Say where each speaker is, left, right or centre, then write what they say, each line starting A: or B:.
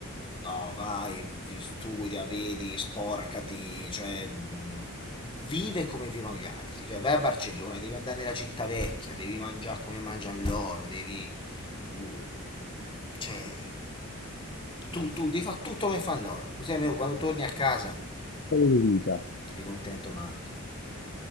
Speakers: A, on the left; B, on the left.
A: no, vai, vi- studia, vedi, sporcati, cioè mh, vive come vivono gli altri, cioè vai a Barcellona, devi andare nella città vecchia, devi mangiare come mangiano loro, devi mh, cioè tu, tu devi fare tutto come fanno loro, così almeno quando torni a casa
B: storia di vita.
A: sei contento matto.